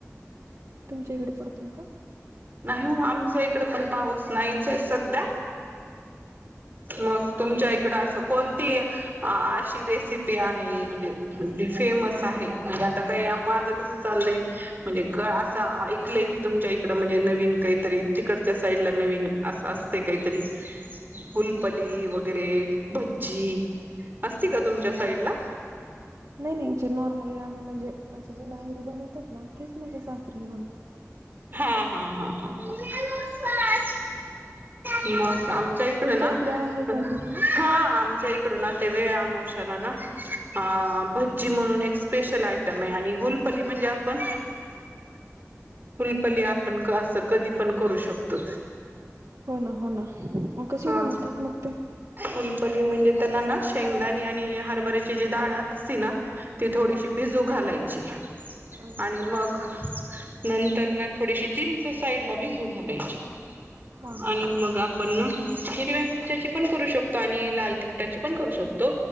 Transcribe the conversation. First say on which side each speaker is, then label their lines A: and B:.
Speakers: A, on the right (about 70°); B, on the right (about 40°).
A: तुमच्या इकडे पडतोय का?
B: नाही हो आमच्या इकड पण पाऊस नाहीच आहे सध्या मग तुमच्या इक त असं
A: अच्छा
B: कोणती अशी रेसि ते आहे म्हणजे फेमस आहे म्हणजे आता काही माझं कस चाललय म्हणजे असं ऐकलंय की तुमच्या इकड म्हणजे नवीन काहीतरी तिकडच्या साईड ला नवीन असतय असते काहीतरी फुलपली वगैरे भज्जी असती का तुमच्या साईडला?
A: नाही नाही जे नॉर्मली आम्ही म्हणजे माझे जे माहेरी बनवतात ना तेच माझ्या सासरी बनत
B: हा हा हा हा ह मग आमच्या इकडं
A: तुमच्या
B: ना
A: इकडे आहे
B: हा
A: का कुठली?
B: आमच्या इक कुड नाते वेळ अमोशाला ना आ भज्जी म्हणून एक स्पेशल आयटम आहे. आणि गुलपली म्हणजे आपण फुलपली आपण असं कधी पण करू शकतो.
A: हो ना हो ना मग कसे
B: हा
A: बनवतात मग ते?
B: फुलपली म्हणजे त्याला ना शेंगदाणे आणि हारबर्‍याची जी दाळ असती ना ती थोडीशी
A: हा हा
B: भिजू घालाय ची
A: अच्छा
B: आणि मग नं तर ना थोडीशी चिंच साईड ला भिजू घालायची
A: हा हा
B: आणि मग आप पण ना हिरव्या मिरच्याची पण करू शकतो. आणि लाल तिकटाची पण करू शकतो.